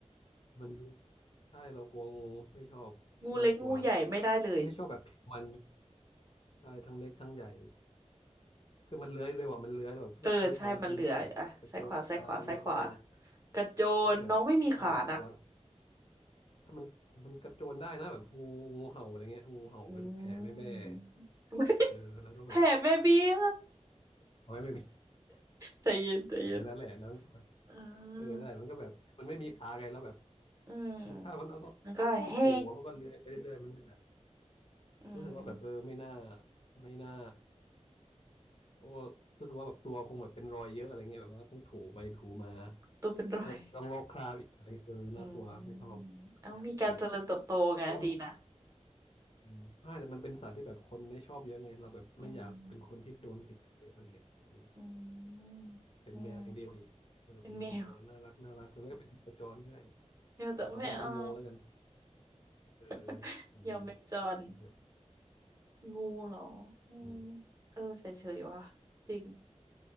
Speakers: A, on the left; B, on the right.
A: มันดูใช่เรากลัวงูไม่ชอบน่ากลัว
B: งูเล็กงูใหญ่ไม่ได้เลย
A: ไม่ชอบแบบผิวมันใช่ทั้งเล็กทั้งใหญ่คือมันเลื้อยเร็วอ่ะมันเลื้อยแบบฟรึบฟบางทีมันก็แบบกระโจนมาอะไรเงี้ยเออ
B: เออใช่มันเหลืออ่ะซ้ายขวาซ้ายขวาซ้ายขวากระโจนน้องไม่มีขานะ
A: ถ้าแบบถ้าแบบตัว ถ้ามันมันกระโจนได้นะแบบงูงูเห่าอะไรเงี้ยงูเห่าไว้แบบแผ่แม่แบ้
B: อืม <laughs>
A: เออแล้วก็แบบ
B: แผลแม่เบี้ย
A: เอาไว้ไม่เป็น
B: ใจเย็นใจเย็น
A: เออนั่นแหละแล้วมันก็แบบ
B: อ่า
A: เออนั่นแหละมันก็แบบมันไม่มีขาไงแล้วแบบ
B: อืม
A: มันถ้ามันเอาตัวเอาตัวถูอะมันก็เลื้อยไปเรื่อยๆมันก็แบบ
B: มันก็เฮ่อืม
A: รู้สึกว่าแบบเออไม่น่าไม่น่าตัวรู้สึกว่าแบบตัวคงแบบเป็นรอยเยอะอะไรเงี้ยแบบว่าต้องถูไปถูมา
B: ตัวเป็นรอย
A: แล้วต้องลอกคราบอีกอะไรเงี้ยเออน่ากลัวไม่ชอบ
B: อืมเอามีการเจริญเติบโตไงดีนะ
A: อยากเป็นเพราะมันอืมใช่แต่มันเป็นสัตว์ที่แบบคนไม่ชอบเยอะไงเราแบบไม่อยากเป็นคนที่โดนเกลียดเยอะอะไรเงี้ยเออ
B: อืมอืมอืม
A: เป็นแมวอยังเดีกว่าอีกเออเป็นแมวน่ารักน่ารักหรือไม่ก็เป็นแมวจรก็ได้
B: เป็นแมวแมวจะไม่เอา
A: แต่ขอไม่เป็นงูแล้วกันเออ
B: <laughs>
A: อืม
B: ยอมเป็นจร
A: นั่นแหละ
B: งูเหรออืม
A: อืม
B: เออเฉยๆว่ะ จริง